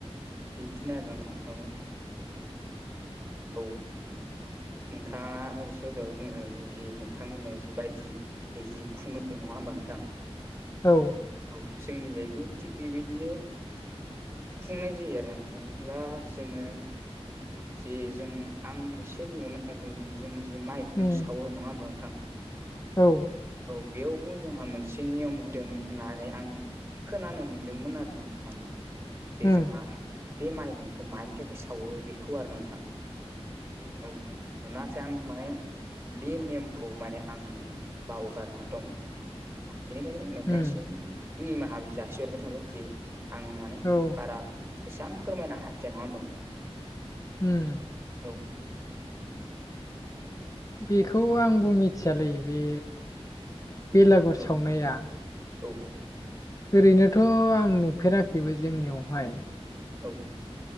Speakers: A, on the right; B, on the left.
A: बिब्दिनो आरो नोंथां ओ औ नोंथाङासो दहाय बुंनाय बायदि जि नोंथांमोनाव जिबायदि जि खुङो नङा होमबा नोंथां।
B: औ
A: औ जोंनिजायैबो थिग बेबायदिनो खुंनाय जायो आरो नोंथां जा जोङो जे जों आं एसे बुंबनो नागिरदों जे जों जि माइ खुं
B: उम
A: सावो नङा होमबा नोंथां।
B: औ
A: औ बेयावबो जोंहा मोनसे नियम दोङो होननानै आं खोनानो मोनदोंमोन आरो ना नोंथां। जे
B: उम
A: जोंहा बे माइहुंखौ मानि थाखाय सावहरो बेखौ आरो नोंथां। औ आं मानि बे नेमखौ माने आं बावगारना दं नङा बेनिखायनो नोंथां
B: उम
A: सिनि निमाहा जासिहरनाय थाबाय जे आं माने
B: औ
A: बारा एसेबां फोरमायनो हायो नङा होनबा नोंथां।
B: उम
A: औ
B: बेखौ आंबो मिथियालै बे बेलागुर
A: औ
B: सावनाया
A: औ औ
B: ओरैनोथ' आं नुफेराखैबो जोंनियावहाय।
A: औ